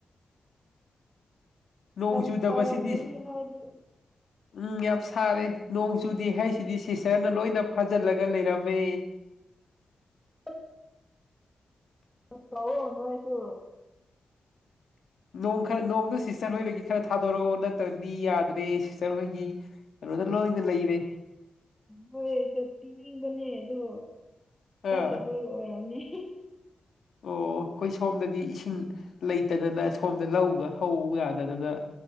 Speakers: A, on the left; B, in the centre.
A: ꯅꯣꯡ
B: ꯌꯥꯝ
A: ꯆꯨꯗꯕꯁꯤꯗꯤ
B: ꯁꯥꯔꯝꯒꯅꯤ ꯅꯣꯢꯗꯤ
A: ꯎꯝ ꯌꯥꯝ ꯁꯥꯔꯦ ꯅꯣꯡ ꯆꯨꯗꯦ ꯍꯥꯏꯁꯤꯗꯤ ꯁꯤꯁꯇꯔꯅ ꯂꯣꯏꯅ ꯐꯥꯖꯤꯜꯂꯒ ꯂꯩꯔꯝꯃꯦ
B: ꯑ <unintelligible> ꯀꯧꯋꯣ ꯅꯣꯏꯁꯨ
A: ꯅꯣꯡ ꯈꯔ ꯅꯣꯡꯗꯨ ꯁꯤꯁꯇꯔ ꯍꯣꯏꯗꯒꯤ ꯈꯔ ꯊꯥꯗꯣꯔꯛꯑꯣ ꯅꯠꯇ꯭ꯔꯗꯤ ꯌꯥꯗ꯭ꯔꯦ ꯁꯤꯁꯇꯔ ꯍꫭꯏꯒꯤ ꯀꯩꯅꯣꯗ ꯂꯣꯏꯅ ꯂꯩꯔꯦ
B: ꯍꯣꯏ <unintelligible> ꯑꯗꯨ ꯆꯠꯇꯕꯩ
A: ꯑꯥ
B: ꯑꯣꯏꯔꯝꯅꯤ
A: ꯑꯣ ꯑꯩꯈꯣꯏ ꯁꯣꯝꯗꯗꯤ ꯏꯁꯤꯡ ꯂꯩꯇꯗꯅ ꯁꯣꯝꯗ ꯂꯧꯒ ꯍꯧ ꯌꯥꯗꯗꯅ